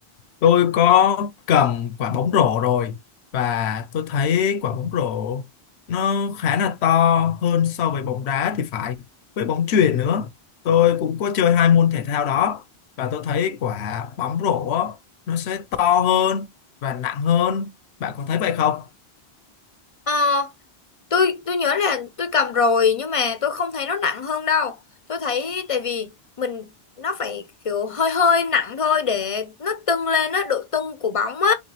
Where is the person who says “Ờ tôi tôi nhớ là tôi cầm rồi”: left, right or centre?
Left